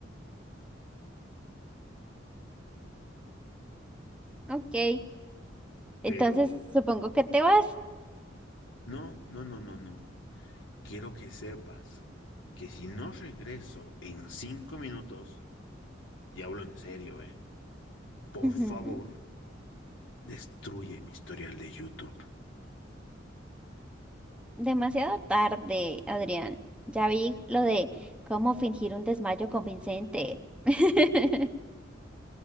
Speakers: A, in the centre; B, on the left.
A: Ok, entonces
B: Pero
A: supongo que te vas.
B: no, no, no, no, no. Quiero que sepas que si no regreso en cinco minutos, y hablo en serio, ¿eh? Por
A: <laughs>
B: favor, destruye mi historial de YouTube.
A: Demasiado tarde, Adrián. Ya vi lo de cómo fingir un desmayo convincente. <laughs>